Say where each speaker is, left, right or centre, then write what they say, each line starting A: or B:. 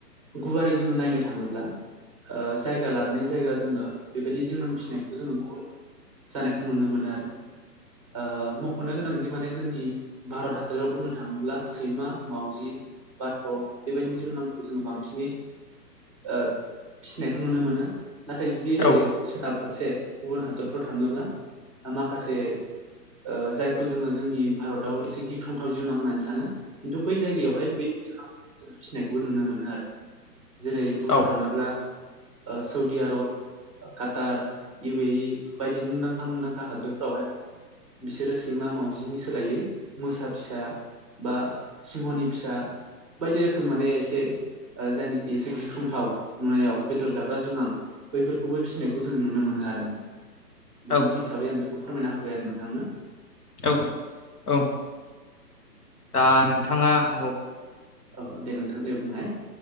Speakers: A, on the right; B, on the left.
A: गुवारै जोङो नायनो थाङोब्ला ओ जायगा लानानै जायगा जोङो बेबायदि जिउनां फिसिनायखौ जोङो गुबुन जानायखौ नुनो मोनो आरो ओ मख'नो गोनां जे बे जोंनि भारत हादराव बुंनो थाङोब्ला सैमा माउजि बाथ' बेबायदि जिउनांखौ जोङो बांसिनै ओ फिसिनायखौ नुनो मोनो नाथाय जुदि ओरै
B: औ
A: सोनाब फारसे गुबुन हा दरफोराव थाङोब्ला ओमाखासे ओ जाय खौ जोङो जोंनि भारताव एसे गिख्रंथाव जिउनां होननानै सानो खिन्थु बै जायगायावहाय बै <inaudible> नायखौबो नुनो मोनो आरो जेरै बुंनो
B: औ
A: थाङोब्ला ओ सौदिआरब ओ काटार इउ ए इ बायदि मुंदांखा मुंदांखा हादोरफ्रावहाय माने बिसोरो सैमा मावजिनि सोलायै मोसा फिसा बा सिंहनि फिसा बायदि रोखोम माने एसे ओ जायनोखि एसे गिख्रंथाव नुनायाव बेदर जाग्रा जिउनां बैफोरखौबो फिनायखौ जों नुनो मोनो आरो नों
B: औ
A: बिदिन्थि हिसाबै आं बेखौ फोरमायना होबाय आरो नोंथांनो
B: औ औ दा नोंथाङा आंखौ
A: औ दे नोंथां दे बुंलाय